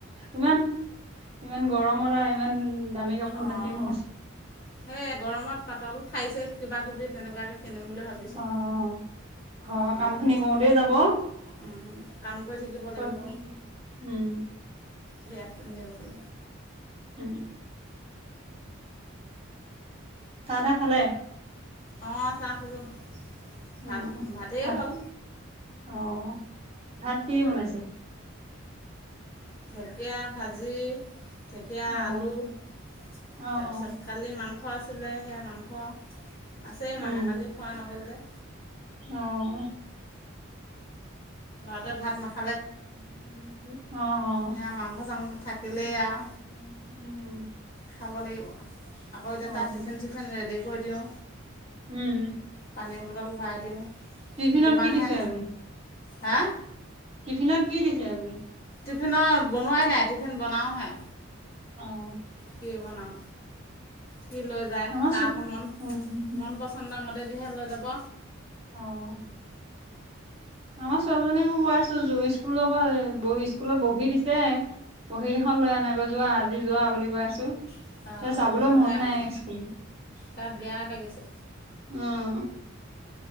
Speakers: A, on the right; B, on the left.
A: ইমান-ইমান গৰমত আ ইমান দামী কাপোৰ
B: অ',
A: নিপিন্ধো।
B: সেই গৰমত পাতল শাৰী, চাই কিবা কিবি তেনেকুৱাকে কিনিম বুলি ভাবিছোঁ।
A: অ', অ', ঘৰৰ
B: অকণ
A: কাম
B: ভাল
A: খিনি
B: চাই
A: কৰোঁতে যাব।
B: উম কাম কৰি থাকিব
A: ক'ত
B: লাগিব,
A: উম,
B: বিয়াত পিন্ধিবলৈ
A: উম। চাহ তাহ খালে?
B: অ', চাহ খলোঁ,
A: উম,
B: ভাত-ভাতেই
A: ভাত
B: হ'ল।
A: অ', ভাত কিহে দি বনাইছে?
B: ঢেকীয়া ভাজি ঢেকীয়া,
A: অ',
B: আলু তাৰপিছত
A: অ', অ'।
B: কালিৰ মাংস আছিলে, সেইয়া মাংস আছেই
A: উম,
B: মানে কালি খোৱা নগ'ল যে।
A: অ'।
B: ল'ৰাটোৱে ভাত নাখা
A: অ', অ'।
B: সেয়া মাংস চাংস থাকিলেই
A: উম।
B: আৰু খাব লাগিব, আকৌ এতিয়া
A: অ',
B: তাত টিফিন চিফিন ৰেডি কৰি দিওঁ।
A: উম,
B: পানীৰ বটল ভৰাই দিওঁ।
A: টিফিনত
B: যিমানহে
A: কি দিছে আজি
B: হা
A: টিফিনত কি দিছে আজি?
B: টিফিনৰ বনোৱাই নাই, টিফিন বনাওঁহে।
A: অ'।
B: কি বনাও, কি লৈ যায়?
A: আমাৰ
B: তাৰ
A: ছো
B: আকৌ মন
A: উম,
B: মন পচ চন্দমতে দিহে লৈ যাব।
A: অ'। আমাৰ ছোৱালীজনীকো কৈ আছো স্কুলৰ পৰা স্কুলত বহি দিছে। বহী কেইখন লৈ আনাগৈ যোৱা আজি যোৱা বুলি কৈ আছো।
B: অঁ
A: তাই যাবলৈ
B: নাযায়
A: মন নাই
B: মানে
A: স্কুল।
B: তাৰ বেয়া লাগিছে
A: অ'!